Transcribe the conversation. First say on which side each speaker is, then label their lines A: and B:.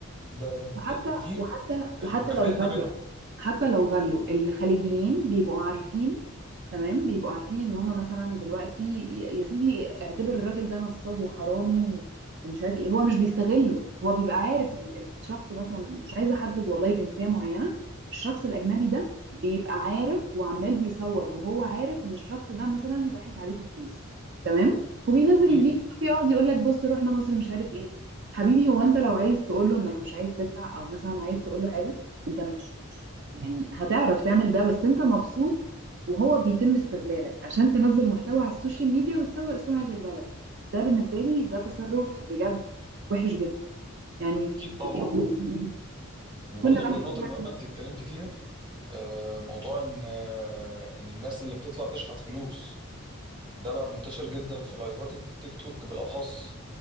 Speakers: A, on the right; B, on the right.
A: ده
B: وحتى
A: ده- دي
B: وحتى وحتى
A: مكافئتنا
B: لو غلوا
A: منهم
B: حتى لو غلوا الخليجيين بيبقوا عارفين تمام بيبقوا عارفين ان هم مثلا دلوقتي ي- يا سيدي اعتبر الراجل ده نصاب وحرامي و... ومش عارف ايه هو مش بيستغله هو بيبقى عارف ال- الشخص مثلا مش عايزه احدد والله جنسيه معينه الشخص الاجنبي ده بيبقى عارف وعمال بيصور وهو عارف ان الشخص ده مثلا ضحك عليه في فلوس تمام وبينزل
A: اكيد
B: الفيديو بيقعد يقول لك بص رحنا مصر مش عارف ايه حبيبي هو انت لو عايز تقول له انك مش عايز تدفع او مثلا عايز تقول له حاجه انت يعني هتعرف تعمل ده بس انت مبسوط وهو بيتم استغلالك عشان تنزل محتوى على السوشيال ميديا وتسوق سمعة البلد ده بالنسبة لي ده تصرف بجد وحش جدا يعني
A: اكيد طبعا
B: <laughs>
A: وبرضه
B: كل بلد
A: من النقط
B: فيها
A: المهمه انت اتكلمت فيها آه، موضوع ان آه، الناس اللي بتطلع تشحت فلوس ده بقى منتشر جدا في لايفات التيك توك بالاخص